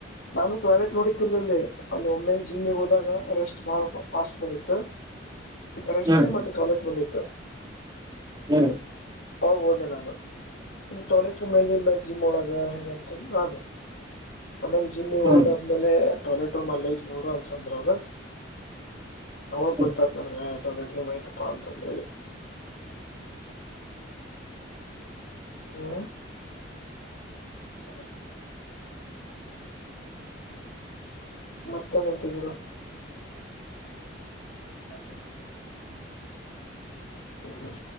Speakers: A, on the left (about 65°); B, on the right (about 20°).
A: ನಾನು ಟಾಯ್ಲೆಟ್ ನೋಡಿದ್ದಿಲ್ಲ ಅಲ್ಲಿ ಅಲ್ಲಿ ಒಮ್ಮೆ ಜಿಮ್ಮಿಗೆ ಹೋದಾಗ ರೆಸ್ಟ್ ಮಾಡೋ ಪಾಸ್ಟ್ ದಿತ್ತು ರೆಸ್ಟ್
B: ಹ್ಮ್
A: ಮತ್ತೆ ಟಾಯ್ಲೆಟ್ ಬಂದಿತ್ತು
B: ಹ್ಮ್
A: ಹೋಗ್ಬೋದೇನ ಅದು ಇಲ್ ಟಾಯ್ಲೆಟ್ ರೂಮ್ ಮೇಲೆ ಇಲ್ಲ ಜಿಮ್ ಒಳಗ ಹೆಂಗ ಅಂತ ನಾನು ಆಮೇಲೆ ಜಿಮ್ಮಿಗೆ
B: ಹ್ಮ್
A: ಹೋದಾದ್ಮೇಲೆ ಟಾಯ್ಲೆಟ್ ರೂಮ್ ಅಲ್ಲ ಐತ್ ನೋಡು ಅಂತಂದ್ರ ಅವರು ಅವಾಗ
B: ಹ್ಮ್
A: ಗೊತ್ತತ್ ನನಗೆ ಟಾಯ್ಲೆಟ್ ರೂಮ್ ಆಯ್ತಪ್ಪಾ ಅಂತಂದ ಹೇಳಿ ಹ್ಮ್ ಹೌದು ಮತ್ತೆ ಏನಂತಿದ್ರು ಹ್ಮ್ <inaudible>